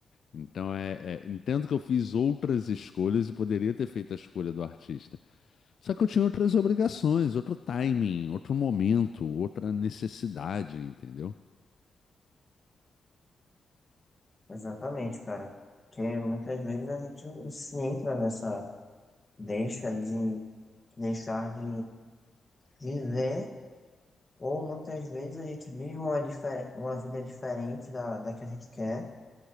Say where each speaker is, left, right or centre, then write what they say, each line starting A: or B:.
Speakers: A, on the left; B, on the left.
A: Então, é, é, entendo que eu fiz outras escolhas e poderia ter feito a escolha do artista. Só que eu tinha outras obrigações, outro timing, outro momento, outra necessidade, entendeu?
B: Exatamente, cara. Porque muitas vezes a gente se entra nessa deixa de deixar de viver, ou muitas vezes a gente vive uma, difer- uma vida diferente da, da que a gente quer